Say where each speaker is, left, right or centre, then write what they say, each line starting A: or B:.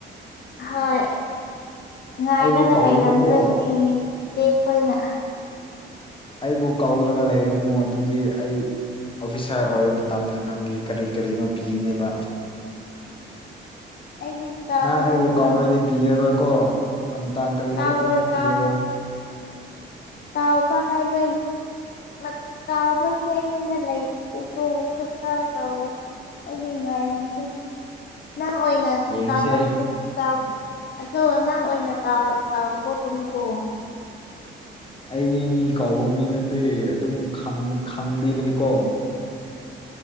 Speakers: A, on the left; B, on the left.
A: ꯍꯣꯏ ꯉꯥꯏꯔꯒ
B: ꯑꯩꯕꯨ ꯀꯧꯒꯅꯨꯀꯣ
A: ꯂꯩꯔꯝꯗꯣꯏꯅꯦ ꯆꯦ ꯈꯣꯏꯅ
B: ꯑꯩꯕꯨ ꯀꯧꯔꯒ ꯂꯩꯔꯝꯃꯣ ꯑꯗꯨꯗꯤ ꯑꯩ ꯑꯣꯐꯤꯁꯥꯔ ꯑꯣꯏꯔꯝ ꯃꯇꯝꯗ ꯅꯪꯒꯤ ꯀꯔꯤ ꯀꯔꯤꯅꯣ ꯄꯤꯒꯅꯦꯕ
A: ꯑꯩꯗꯤ ꯀꯥꯎꯒꯗꯕ
B: ꯅꯪ ꯑꯩꯕꯨ ꯀꯥꯎꯔꯗꯤ
A: ꯃꯥꯟꯗꯦ
B: ꯄꯤꯔꯔꯣꯏꯀꯣ ꯑꯝꯇꯥꯡ ꯀꯔꯤꯁꯨ
A: ꯀꯥꯎꯔꯣꯏ
B: ꯑꯝꯇꯪ
A: ꯀꯥꯎꯔꯣꯏ
B: ꯄꯤꯔꯔꯣꯏ
A: ꯀꯥꯎꯕ ꯍꯥꯏꯕꯩ ꯃꯠ ꯀꯥꯎꯕꯁꯦ ꯑꯩꯉꯣꯟꯗ ꯂꯩꯇꯦꯀꯣ ꯁꯨꯡꯀꯎ ꯀꯎꯔꯣꯏ ꯑꯩꯗꯤ ꯅꯨꯉꯥꯏꯔꯝꯗꯨꯏꯅꯤ ꯅꯪ ꯑꯣꯏꯅ
B: ꯌꯦꯡꯁꯦ
A: ꯀꯥꯎꯔꯝ ꯀꯥꯎ ꯑꯗꯣ ꯅꯪ ꯑꯣꯏꯅ ꯀꯥꯎ ꯀꯥꯎꯊꯣꯛꯀꯅꯤꯀꯣ
B: ꯑꯩꯗꯤ ꯃꯤ ꯀꯥꯎꯕ ꯃꯤ ꯅꯠꯇꯦ ꯑꯗꯨꯝ ꯈꯪ ꯈꯪꯕꯤꯔꯗꯤꯀꯣ